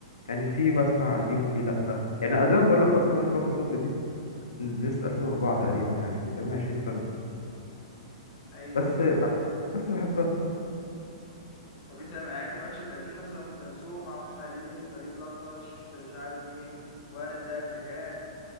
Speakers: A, on the left (about 80°); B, on the left (about 45°).
A: يعني في بسمع قديم وفي لا يعني زي ما بقول لك اصلا اغنيه رامي صبري دي نزلت 2004 تقريبا يعني من 28 سنه
B: ايوه
A: بس
B: أيوة.
A: ب... بس بحبها
B: طب انت يعني انت مالكش في القديم مثلا ام كلثوم عبد الحليم فريد الأطرش مش عارف مين وردة نجاة